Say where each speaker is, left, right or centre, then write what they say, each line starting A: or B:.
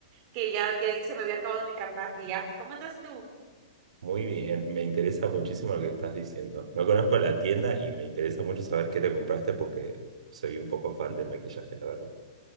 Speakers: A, on the right; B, on the right.
A: que ya, ya se me había acabado mi cam- maquillaje. ¿Cómo andas tú?
B: Muy bien, me interesa muchísimo lo que estás diciendo. No conozco la tienda y me interesa mucho saber qué te compraste porque soy un poco fan del maquillaje, la verdad.